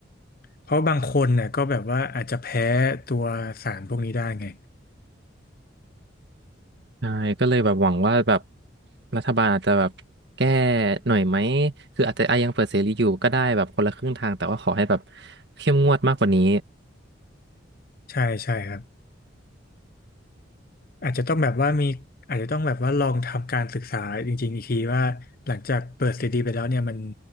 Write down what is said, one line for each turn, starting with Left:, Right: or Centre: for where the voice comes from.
Left: เพราะบางคนเนี่ยก็แบบว่าอาจจะแพ้ตัวสารพวกนี้ได้ไง
Right: ใช่ก็เลยแบบหวังว่าแบบรัฐบาลอาจจะแบบแก้หน่อยไหมคืออาจจะอ่ะยังเปิดเสรีอยู่ก็ได้แบบคนละครึ่งทางแต่ว่าขอให้แบบเข้มงวดมากกว่านี้
Left: ใช่ใช่ครับอาจจะต้องแบบว่ามีอาจจะต้องแบบว่าลองทำการศึกษาจริงๆอีกทีว่าหลังจากเปิดซีดีไปแล้วเนี่ยมัน